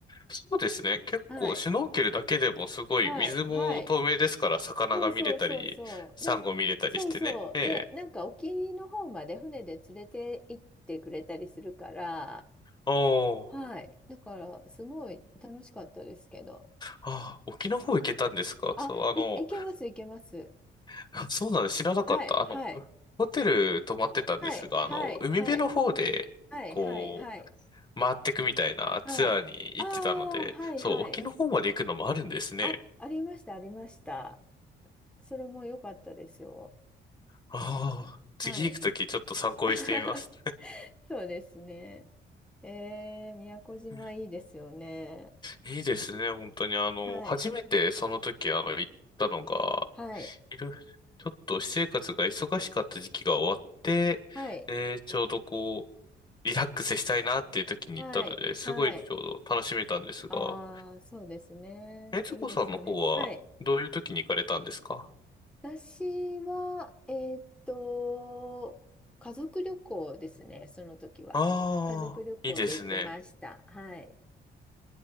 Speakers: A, on the left (about 20°); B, in the centre.
A: そうですね。結構、
B: はい。
A: シュノーケルだけでもすごい、
B: はい。
A: 水も透明ですから、
B: はい。
A: 魚が見れたり、
B: そうそうそうそう。
A: サンゴ見れたりしてね。
B: で、そうそう。
A: ええ。
B: で、なんか沖の方まで船で連れて行ってくれたりするから、
A: お
B: はい。
A: ー。
B: だから、すごい楽しかったですけど。
A: ああ、沖の方行けたんですかそう、
B: あ、
A: あの、
B: い、いけます、いけます。
A: <laughs> あそうなんです。知らなかった。
B: はい、
A: あの、
B: はい、
A: ホテル泊まってたんですが、
B: はい、はい、
A: あの、海辺の方で、
B: はい。はいはいはい
A: こう、回ってくみたいなツアーに行ってたので、
B: はい。ああ、はいはい。
A: そう、沖の方まで行くのもあるんですね。
B: あ、ありました、ありました。それも良かったですよ。
A: ああ、次行くときちょっと参考にしてみます。
B: はい。<laughs> そうですね。えー、宮古島いいですよね。
A: <laughs> いいですね、本当に。あの、
B: はい、
A: 初めてその時、あの、行ったのが、
B: はい、
A: いろいろちょっと私生活が忙しかった時期が終わって、
B: はい、
A: で、ちょうどこう、リラックスしたいなっていう時に行ったので、
B: はい、
A: すごいちょうど楽しめたんですが、
B: はい。ああ、そうですね。
A: えつこさんの方は、
B: いいですよね。はい。
A: どういう時に行かれたんですか
B: 私は、えーっと、家族旅行ですね、その時は。
A: ああー、
B: 家族旅行で行きました。
A: いいですね。
B: はい。